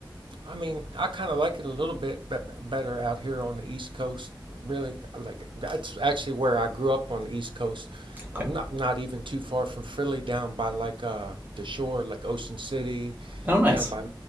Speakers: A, on the right; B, on the right.
A: I mean, I kind of like it a little bit be- better out here on the East Coast. Really, I like it. that's actually where I grew up on the East Coast. I'm
B: Okay,
A: not not even too far from Philly, down by like uh the shore, like Ocean City,
B: oh nice.
A: down by